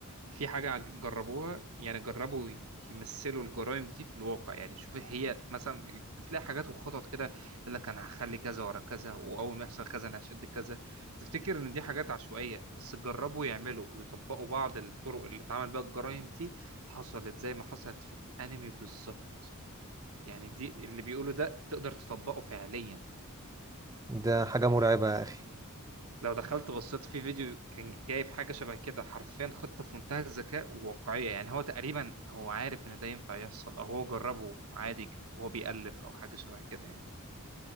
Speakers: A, on the right; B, on the right.
A: في حاجة جربوها يعني جربوا يمثلوا الجرائم دي في الواقع يعني شوف هي مثلا كنت بتلاقي حاجات وخطط كده يقول لك أنا هخلي كذا ورا كذا وأول ما يحصل كذا أنا هشد كذا تفتكر إن دي حاجات عشوائية بس جربوا يعملوا ويطبقوا بعض الطرق اللي اتعمل بيها الجرائم دي حصلت زي ما حصلت في الأنمي بالظبط يعني دي اللي بيقولوا ده تقدر تطبقه فعليا
B: ده حاجة مرعبة يا أخي
A: لو دخلت بصيت في فيديو كان جايب حاجة شبه كده حرفيا خطة في منتهى الذكاء وواقعية يعني هو تقريبا هو عارف إن ده ينفع يحصل أو هو جربه عادي ك- وهو بيألف أو حاجة شبه كده يعني